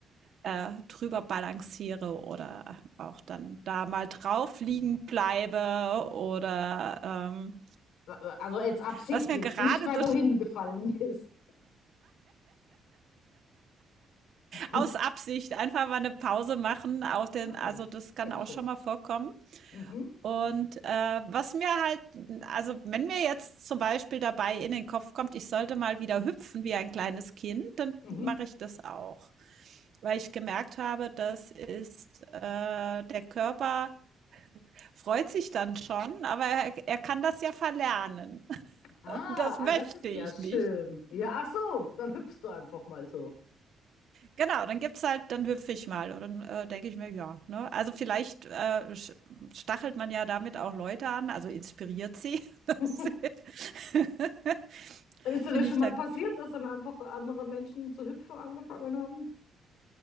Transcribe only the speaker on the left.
Also jetzt absichtlich,
nicht weil
du hingefallen bist. <laughs>
Ah,
sehr
schön.
Mhm,
mhm.
Ah,
ah, das ist
ja schön.
Ja, ach so, dann hüpfst du einfach mal so.
<laughs>
Ist dir
das schon
mal passiert, dass dann einfach andere Menschen zu hüpfen angefangen haben?